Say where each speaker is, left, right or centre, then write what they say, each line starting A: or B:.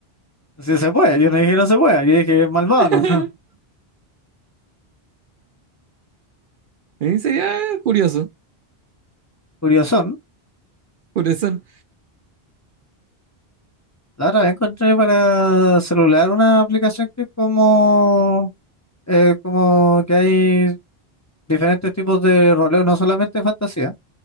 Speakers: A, on the left; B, on the right.
A: si se puede. Yo no dije no se puede, yo dije malvado,
B: <laughs>
A: ¿no? <laughs>
B: Eh, Sería curioso,
A: Curiosón.
B: curioso,
A: La otra vez encontré para celular una aplicación que es como, eh, como que hay diferentes tipos de roleo, no solamente fantasía,